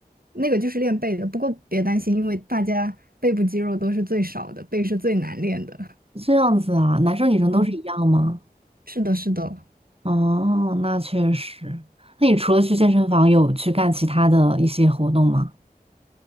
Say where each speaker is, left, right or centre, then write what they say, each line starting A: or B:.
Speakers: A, on the right (about 60°); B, on the right (about 35°).
A: 那个就是练背的。不过别担心，因为大家背部肌肉都是最少的，背是最难练的。
B: 这样子啊，男生女生都是一样吗？
A: 嗯，是的，是的。
B: 哦，那确实。那你除了去健身房，有去干其他的一些活动吗？